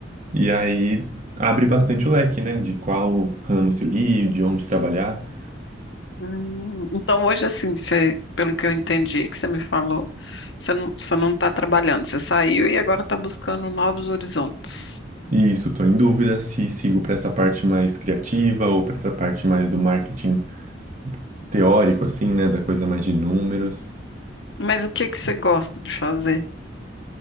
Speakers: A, on the right; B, on the left.
A: E aí abre bastante o leque, né? De qual ramo seguir, de onde trabalhar.
B: Hum, então, hoje, assim, você, pelo que eu entendi que você me falou, você não, você não está trabalhando, você saiu e agora está buscando novos horizontes.
A: E isso, estou em dúvida se sigo para essa parte mais criativa ou para essa parte mais do marketing teórico, assim, né? Da coisa mais de números.
B: Mas o que que você gosta de fazer?